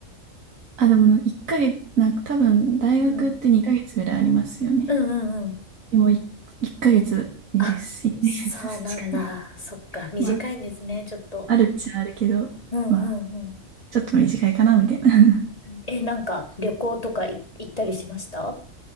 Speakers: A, on the right; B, on the left.
A: あ、でも、一ヶ月、なんか多分、大学って二ヶ月ぐらいありますよね。
B: うん。うんうんうん。
A: でも、い一ヶ月にです。
B: あ、
A: 一ヶ月しかない。
B: そうなんだ。そっか、短いんですね、
A: まあ、
B: ちょっと。
A: あるっちゃあるけど、
B: うんうんう
A: まあちょっと短いかな、みたいな。
B: ん。え、なんか旅行とかい行ったりしました